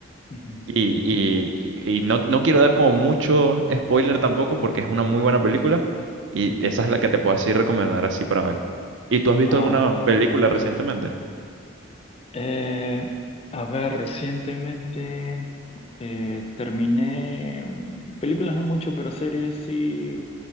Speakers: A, on the left (about 25°); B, on the right (about 60°).
A: ujú.
B: Y, y- y- y no, no quiero dar como mucho spoiler tampoco porque es una muy buena película y
A: ok.
B: esa es la que te puedo así recomendar así para ver. ¿Y tú has visto
A: Ah,
B: alguna
A: ok.
B: película recientemente?
A: Eh, a ver, recientemente eh, terminé mm, películas no mucho, pero series sí.